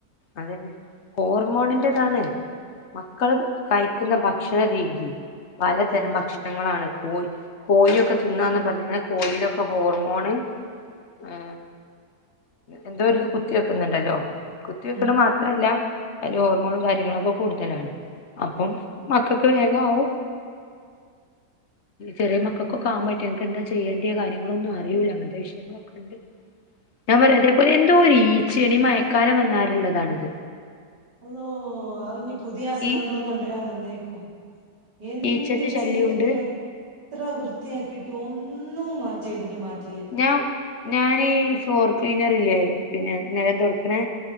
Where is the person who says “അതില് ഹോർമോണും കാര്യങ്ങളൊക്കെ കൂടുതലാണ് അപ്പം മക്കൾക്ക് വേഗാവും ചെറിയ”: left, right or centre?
Left